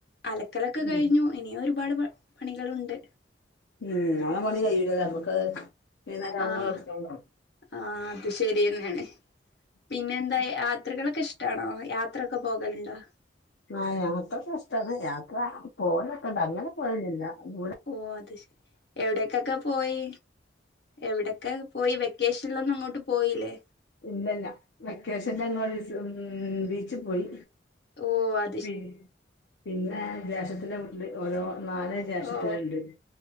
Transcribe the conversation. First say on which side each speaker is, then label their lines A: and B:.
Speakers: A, on the left; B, on the left.
A: അലക്കലൊക്കെ
B: ഉം
A: കഴിഞ്ഞു ഇനിയൊരു ഒരുപാട് പ പണികളുണ്ട്
B: ഉം നമ്മുടെ പണി കഴിലല്ലോ നമ്മുക്ക് വൈകുന്നേരം
A: ആഹ്
B: <unintelligible>
A: ആഹ് അത് ശരിയന്നെയാണ് പിന്നെ എന്താ യാ യാത്രകളൊക്കെ ഇഷ്ടമാണോ യാത്രയക്കെ പോകലുണ്ടോ
B: ആഹ് യാത്രൊക്കെ ഇഷ്ടാണ് യാത്ര പോകലൊക്കെണ്ട് അങ്ങനെ പോയിന്നില്ല ദൂരെ
A: ഓ അത് ശരി എവിടക്കൊക്കെ പോയി എവിടക്കെ പോയി വെക്കേഷനിലൊന്നും അങ്ങോട്ട് പോയില്ലേ
B: ഇല്ലല്ല വെക്കേഷൻന്റന്നു ഒരീസം ഉം ബീച്ചിൽ പോയി
A: ഓ അ
B: പി പിന്നെ ജാസത്തിന്റെ വീട്ടിൽ ഓരോ നാല് ജാസക്കാരുണ്ട്
A: ഓ